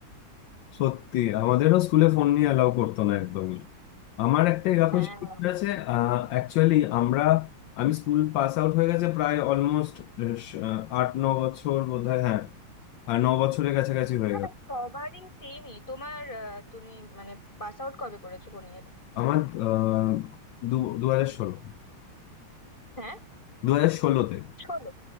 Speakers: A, on the left (about 70°); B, on the left (about 20°).
A: সত্যি আমাদেরও স্কুলে ফোন নিয়ে অ্যালাউ করতো না একদমই আমার একটা এরকম
B: হ্যাঁ
A: শিক্ষক আছে অ্যাকচুয়ালি আমরা আমি স্কুল পাস আউট হয়ে গেছে প্রায় অলমোস্ট আট ন বছর বোধহয় হ্যাঁ আর ন বছরের কাছাকাছি হয়ে
B: না,
A: গেল
B: সবারই সেমই তোমার আহ, তুমি মানে পাস আউট কবে করেছো কোন ইয়ারে
A: আমার আহ, দু দু হাজার ষোলো
B: হ্যাঁ
A: দু হাজার ষোলোতে
B: ষোলো